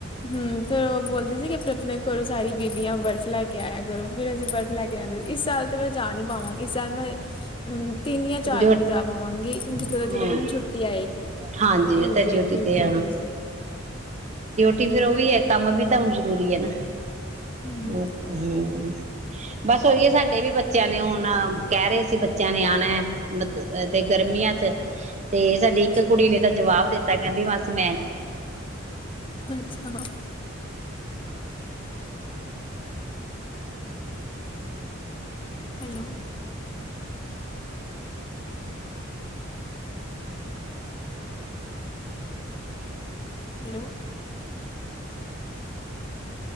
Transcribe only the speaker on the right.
ਡਿਊ
ਹਮ
ਹਾਂਜੀ
ਉਹ ਤਾਂ ਡਿਊਟੀ
ਤੇ
ਫੇਿਰ ਉਹ ਵੀ ਕੰਮ ਵੀ ਤਾਂ ਹੁਣ ਜਰੂਰੀ ਹੈ ਨਾ
ਹਮ ਬਸ ਉਹੀਏ ਸਾਡੇ ਵੀ ਬੱਚਿਆਂ ਨੇ ਹੁਣ ਕਹਿ ਰਹੇ ਸੀ ਬੱਚਿਆਂ ਨਿਆਣਾ ਮਤਲਬ ਤੇ ਗਰਮੀਆਂ ਚ ਤੇ ਸਾਡੀ
ਇੱਕ ਕੁੜੀ ਨੇ ਤਾਂ ਜਵਾਬ ਦਿੱਤਾ। ਤਾ ਕਹਿੰਦੀ ਮਾਸੀ ਮੈਂ